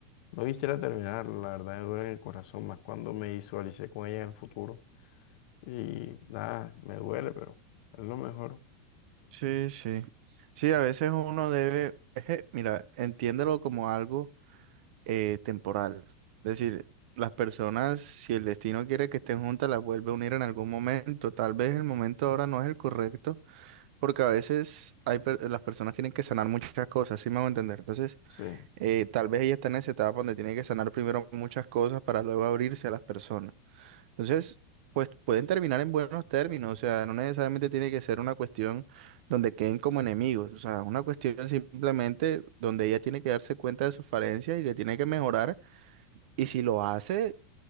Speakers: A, on the left (about 50°); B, on the right (about 55°).
A: No quisiera terminar, la verdad me duele en el corazón, más cuando me visualicé con ella en el futuro. Y nada, me duele, pero es lo mejor.
B: Sí, sí. Sí, a veces uno debe, <laughs> mira, entiéndelo como algo eh, temporal. Es decir, las personas, si el destino quiere que estén juntas, las vuelve a unir en algún momento. Tal vez el momento ahora no es el correcto, porque a veces hay per- las personas tienen que sanar muchas cosas, ¿sí me a entender? Entonces,
A: Sí,
B: eh, tal vez ella está en esa etapa donde tiene que sanar primero muchas cosas para luego abrirse a las personas. Entonces, pues pueden terminar en buenos términos, o sea, no necesariamente tiene que ser una cuestión donde queden como enemigos, o sea, una cuestión simplemente donde ella tiene que darse cuenta de sus falencias y que tiene que mejorar y si lo hace,